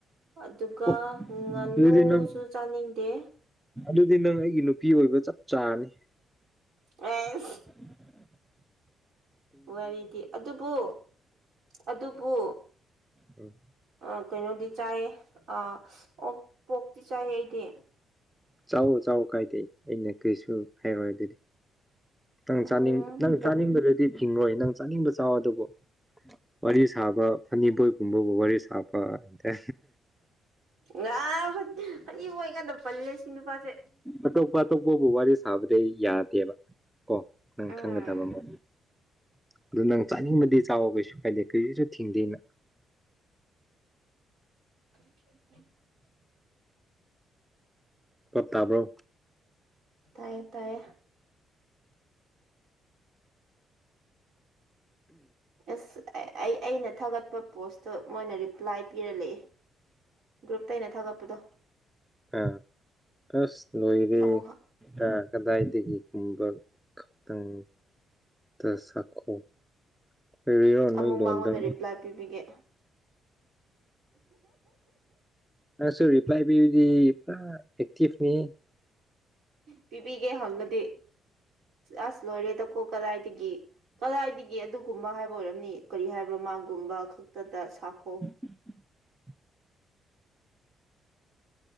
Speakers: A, on the right (about 70°); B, in the centre.
A: ꯑꯗꯨꯒ
B: ꯑꯣ
A: ꯉꯥꯅꯨꯁꯨ
B: ꯑꯗꯨꯗꯤ ꯅꯪ
A: ꯆꯥꯅꯤꯡꯗꯦ
B: ꯑꯗꯨꯗꯤ ꯅꯪ ꯑꯩꯒꯤ ꯅꯨꯄꯤ ꯑꯣꯏꯕ ꯆꯞ ꯆꯥꯔꯅꯤ
A: ꯑ
B: ꯎꯝ
A: ꯋꯥꯔꯤꯗꯤ ꯑꯗꯨꯕꯨ ꯑꯗꯨꯕꯨ
B: ꯎ
A: ꯑ ꯀꯩꯅꯣꯗꯤ ꯆꯥꯏꯌꯦ ꯑ ꯑꯣ ꯄꯣꯛꯇꯤ ꯆꯥꯏꯌꯦ ꯑꯩꯗꯤ
B: ꯆꯥꯎ ꯆꯥꯎ ꯀꯥꯏꯗꯦ ꯑꯩꯅ ꯀꯔꯤꯁꯨ ꯍꯥꯏꯔꯣꯏ ꯑꯗꯨꯗꯤ ꯅꯪ
A: ꯎꯝ
B: ꯆꯥꯅꯤꯡ ꯅꯪ
A: ꯄꯣꯛ
B: ꯆꯥꯅꯤꯡꯕꯗꯨꯗꯤ ꯊꯤꯡꯔꯣꯏ ꯅꯪ ꯆꯥꯅꯤꯡꯕ ꯆꯋ ꯑꯗꯨꯕꯨꯣ ꯋꯥꯔꯤ ꯁꯥꯕ ꯐꯅꯤꯕꯣꯏꯒꯨꯝꯕꯕꯨ ꯋꯥꯔꯤ ꯁꯥꯕ ꯑꯇ
A: ꯉꯥ ꯐꯅꯤꯕ ꯑꯣꯏꯀꯥꯟꯗ ꯄꯜꯂꯦ ꯁꯤ ꯅꯨꯄꯥꯁꯦ
B: ꯑꯇꯣꯞꯄꯥꯇꯞ ꯑꯩꯕꯣꯕꯨ ꯋꯥꯔꯤ ꯁꯥꯕꯗꯤ ꯑꯩ ꯌꯥꯗꯦꯕ ꯀꯣ ꯅꯪ
A: ꯎꯝ
B: ꯈꯪꯒꯗꯕ ꯑꯃ ꯑꯗꯨ ꯅꯪ ꯆꯥꯅꯤꯡꯕꯗꯤ ꯆꯥꯎꯑꯣ ꯀꯩꯁꯨ ꯀꯥꯏꯗꯦ ꯀꯩ ꯀꯩꯁꯨ ꯊꯤꯡꯗꯦ ꯅꯪ <inaudible>
A: <inaudible>
B: ꯄꯠꯇꯥꯕ꯭ꯔꯣ
A: ꯇꯥꯏꯌꯦ ꯇꯥꯏꯌꯦ ꯑꯁ ꯑꯩ ꯑꯩꯅ ꯊꯥꯒꯠꯄ ꯄꯣꯁꯇꯣ ꯃꯣꯏꯅ ꯔꯤꯄ꯭ꯂꯥꯏ ꯄꯤꯔꯂꯛꯑꯦ ꯒ꯭ꯔꯨꯞꯇꯩꯅ ꯊꯥꯒꯠꯄꯗꯣ
B: ꯑ ꯑꯁ ꯂꯣꯏꯔꯦꯀꯗꯏꯗ
A: ꯑꯃꯨꯛ
B: ꯨꯝꯕ <unintelligible> ꯈꯛꯇꯪꯗ ꯆꯈꯣ ꯐ ꯍꯅꯣ
A: ꯑꯃꯨꯛ ꯃꯉꯣꯟꯗ
B: ꯇ
A: ꯔꯤꯄ꯭ꯂꯥꯏ ꯄꯤꯕꯤꯒꯦ
B: ꯑ ꯁꯔꯤ ꯂꯥꯏꯕ꯭ꯔꯦꯔꯤ ꯄꯨꯔꯥ ꯑꯦꯛꯇꯤꯚꯅꯤ
A: ꯄꯤꯕꯤꯒꯦ ꯍꯪꯉꯗꯤ ꯑꯁ ꯂꯣꯏꯔꯦꯗꯀꯣ ꯀꯗꯥꯏꯗꯒꯤ ꯀꯗꯥꯏꯗꯒꯤ ꯑꯗꯨꯒꯨꯝꯕ ꯍꯥꯏꯕ ꯑꯣꯏꯔꯝꯅꯤ ꯀꯔꯤ ꯍꯥꯏꯕ꯭ꯔꯥ ꯃꯥꯒꯨꯝꯕ ꯈꯛꯇꯗ ꯁꯥꯈꯣ
B: ꯎꯝ